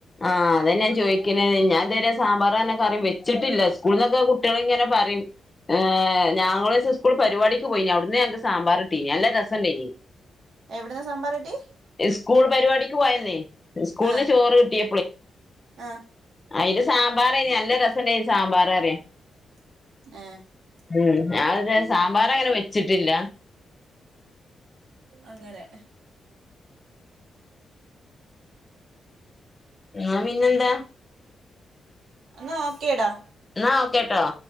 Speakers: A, on the left (about 15°); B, on the right (about 80°).
A: ആ അതെന്നെ ഞാൻ ചോയ്ക്ക്ണത് ഞാൻ ഇതുവരെ സാമ്പാർ ന്ന് പർഞ കറി വെച്ചിട്ടില്ല സ്കൂൾന്നൊക്ക കുട്ട്യാളിങ്ങനെ പറയും ഏ ഞങ്ങളൊരീസം സ്കൂള്ക്ക് പരിപാടിക്ക് പോയിനി അവ്ട്ന്ന് ഞങ്ങക്ക് സാമ്പാറ് കിട്ടിനി നല്ല രസണ്ടേനി
B: എവിട്ന്ന് സാമ്പാറ് കിട്ടി
A: സ്കൂൾ പരിപാടിക്ക് പോയന്നേ സ്കൂള്ന്ന്
B: ആഹ്
A: ചോറ് കിട്ടി
B: ആഹ്
A: അയില് സാമ്പാറേനി നല്ല രസണ്ടേയ്നി സാമ്പാറ് പറിയ
B: ഏഹ്
A: ഉം അത് ഞാൻ സാമ്പാറങ്ങനെ വെച്ച്ട്ടില്ല
B: അങ്ങനെ
A: ന്ന പിന്നെന്താ
B: ന്നാ ഓക്കെടാ
A: എന്നാ ഓക്കേട്ടോ